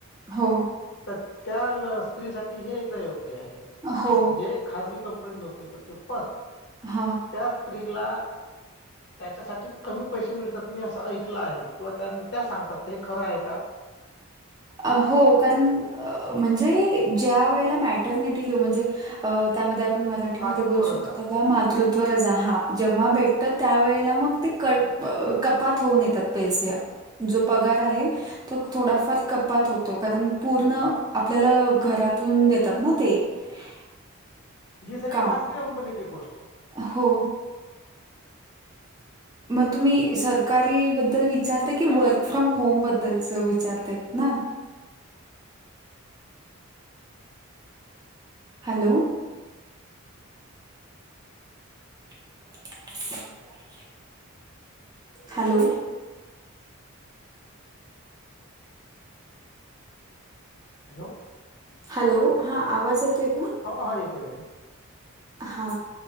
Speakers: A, on the right; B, on the left.
A: हो
B: तर त्या स्त्रीसाठी हे एकदा योग्य आहे
A: हो
B: जे. खाजगी कंपनी नोकरी करते पण
A: हा
B: त्या स्त्रीला त्याच्यासाठी कमी पैसे मिळतात मी असं ऐकल आहे किंवा त्या सांगतात हे खरं आहे का.
A: अ हो कारण म्हणजे ज्या वेळेला मेटर्निटी लि म्हणजे. अ त्यामध्ये आपण मराठीमध्ये
B: मातृत्व
A: बोलू शकतो
B: रजा
A: मातृत्व रच हहा जेव्हा भेटत त्यावेेळेला मग तेी क कपात होऊन येतात पैसे जो पगार आहे तो थोडाफार कपात होतो कारण पूर्ण आपल्याला घरातून देतात ना ते <unintelligible>
B: ही सगळी
A: काम.
B: खाजगी कंपनीची गोष्ट.
A: हो मग तुम्ही सरकारी बद्दल विचारताय की वर्क फ्रॉम होम बद्दलच विचारतायत ना. हॅलो हम् <inaudible> हॅलो
B: हॅलो
A: हॅलो हा आवाज येतोय का
B: हो हो येतो येतो
A: हा